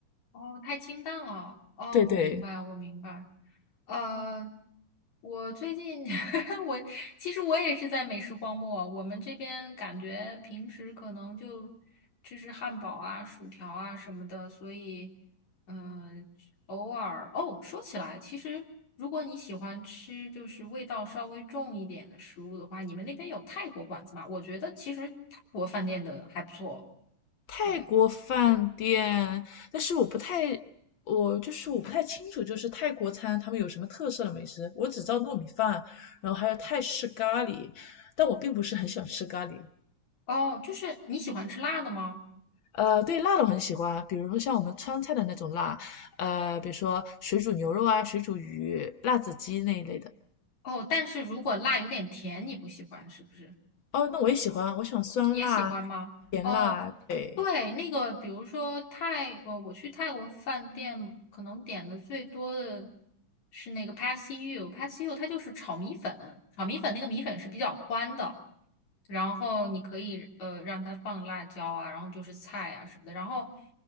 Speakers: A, on the left; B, on the left.
A: 哦，太清淡了。哦，
B: 对对，
A: 我明白，我明白。呃，我最近 <laughs> 我其实我也是在美食荒漠。我们这边感觉平时可能就吃吃汉堡啊、薯条啊什么的，所以嗯、呃偶尔哦，说起来，其实如果你喜欢吃就是味道稍微重一点的食物的话，你们那边有泰国馆子吗？我觉得其实泰国饭店的还不错。
B: 泰国饭店，
A: 对，
B: 但是我不太，我就是我不太清楚，就是泰国餐他们有什么特色的美食，我只知道糯米饭，然后还有泰式咖喱，但我并不是很喜欢吃咖喱。
A: 哦，就是你喜欢吃辣的吗？
B: 呃，对辣的我很喜欢，比如说像我们川菜的那种辣，呃，比如说水煮牛肉啊、水煮鱼、辣子鸡那一类的。
A: 哦，但是如果辣有点甜，你不喜欢是不是？
B: 哦，那我也喜欢，我喜欢酸辣、
A: 也喜欢吗？
B: 甜辣，
A: 哦，
B: 对。
A: 对，那个比如说泰，呃，我去泰国饭店可能点的最多的是那个 p a s s y o u p a s s y o u 它就是炒米粉，炒米粉那个米粉是比较宽的，然后你可以呃让它放辣椒啊，然后就是菜啊什么的，然后